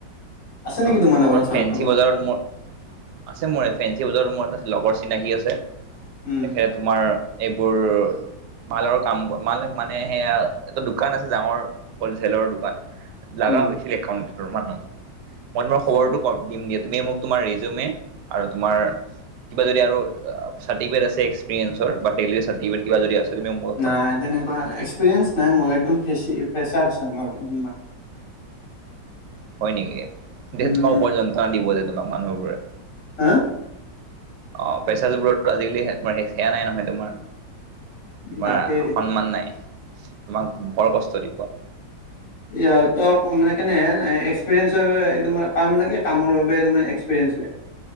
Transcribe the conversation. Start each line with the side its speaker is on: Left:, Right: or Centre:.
Left: আছে নেকি
Right: অ'
Left: তোমালোকৰ
Right: তোমাৰ
Left: ওচৰত
Right: ফেঞ্চি
Left: কৰবাত
Right: বজাৰত মোৰ আছে মোৰ এই ফেঞ্চি বজাৰত মোৰ এটা লগৰ চিনাকী আছে,
Left: উম
Right: তেখেত তোমাৰ এইবোৰ মালৰ কাম মাল মানে সেয়া এটা দোকান আছে ডাঙৰ হলচেলৰ দোকান লগা
Left: উম
Right: হৈছিল একাউণ্টৰ মানুহ মই তোমাৰ
Left: আচ্ছা
Right: খবৰটো কম দিম দিয়া তুমি মোক তোমাৰ ৰিজিউমি আৰু তোমাৰ কিবা যদি আৰু চাৰ্টিফিকেট আছে এক্সপেৰেচনৰ বা টেলিৰে চাৰ্টিফিকেট কিবা যদি আছে। তুমি মোক পঠাবা।
Left: নাই তেনেকুৱা এক্সপিৰিয়েনচ নাই মোৰ একদম ফ্ৰেছাৰ হয় মানে মই।
Right: হয় নেকি দে
Left: উম
Right: তোমাক ওপৰত যন্ত্ৰণা দিব যে তোমাক মানুহ বোৰে।
Left: হা?
Right: অঁ ফ্ৰেছাৰ্ছ ওপৰত আজিকালি সেয়া নাই নহয় তোমাৰ। তোমাৰ
Left: তাকে
Right: সন্মান নাই তোমাক বৰ কষ্ট দিব।
Left: ইয়াতে মানে কেনেহেনে এক্সপিৰিয়েনচৰ তোমাৰ কাম লাগে কামৰ বাবে তোমাৰ এক্সপিৰিয়েনচ নাই। <inaudible>